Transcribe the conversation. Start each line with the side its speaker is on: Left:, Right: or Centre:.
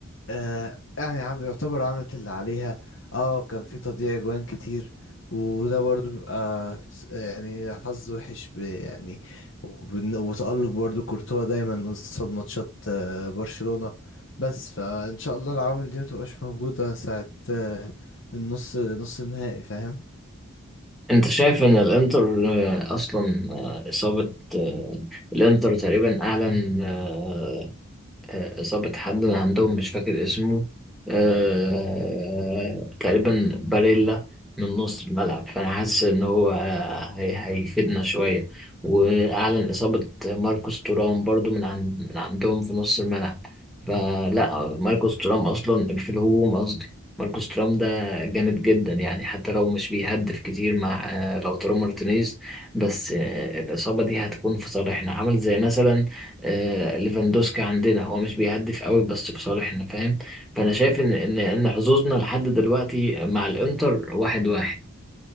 Left: آه يعني عم يعتبر عملت اللي عليها اه كان في تضييع جوان كتير وده برضو بيبقى س- يعني حظ وحش ب يعني وبن- وتألق برضو كورتوا دايما قصاد ماتشات آه برشلونة بس فإن شاء الله العوامل دي متبقاش موجودة ساعة آه النص نص النهائي فاهم
Centre: أنت شايف إن الإنتر آه، أصلا آه، إصابة آه، الإنتر تقريبا أعلن آه، ظابط حد عندهم مش فاكر اسمه آه، تقريبا باريلا من نص الملعب فأنا حاسس إن هو آه، هي- هيفيدنا شوية وأعلن إصابة ماركوس تورام برضو من عند من عندهم في نص الملعب فلا ماركوس تورام أصلا في الهجوم قصدي ماركوس تورام ده جامد جدا يعني حتى لو مش بيهدف كتير مع آه، لو تورام مارتينيز بس آه، الإصابة دي هتكون في صالحنا عمل زي مثلا آه، ليفاندوسكي عندنا هو مش بيهدف قوي بس في صالحنا فاهم فانا شايف ان ان ان حظوظنا لحد دلوقتي مع الانتر واحد واحد